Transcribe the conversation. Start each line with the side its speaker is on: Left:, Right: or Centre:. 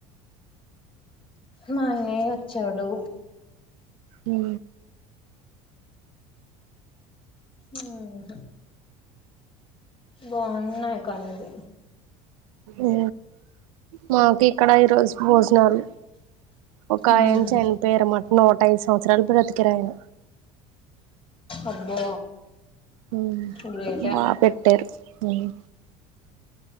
Left: మా అన్నయ్య ఒచ్చాడు
Right: ఉ
Left: ఇంకా బాగున్నాయి కానీది
Right: ఉ మాకి ఇక్కడ ఈరోజు భోజనాలు ఒక
Left: ఉమ్
Right: ఎం చెయన్ పేరు మట్ నూట ఐదు సంవత్సరాలు బ్రతికారు ఆయన
Left: అబ్బో
Right: ఉమ్
Left: గ్రేటే
Right: బాపెట్టారు ఉమ్